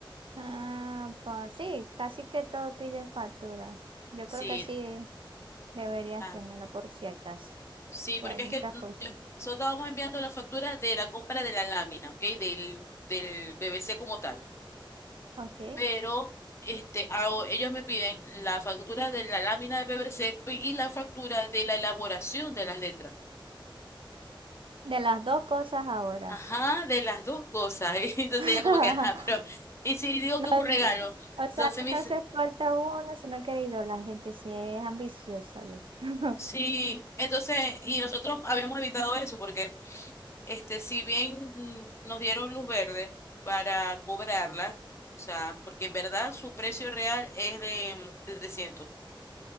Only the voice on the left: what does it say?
Sí,
ah,
sí,
porque
es que mm,
yo- nosotros estábamos enviando la factura de la compra de la lámina, ¿ok? Del, del PVC como tal.
pero este, hago- ellos me piden la factura de la lámina de PVC pe- y la factura de la elaboración de las letras.
Ajá, de las dos cosas. <laughs> Y Entonces
ella como que, ajá, pero, y si digo
que es un regalo,
entonces
me
dice,
sí, entonces, y nosotros habíamos evitado eso porque, este, si bien mm, nos dieron luz verde para cobrarla, o sea, porque en verdad su precio real es de, mm, de 300.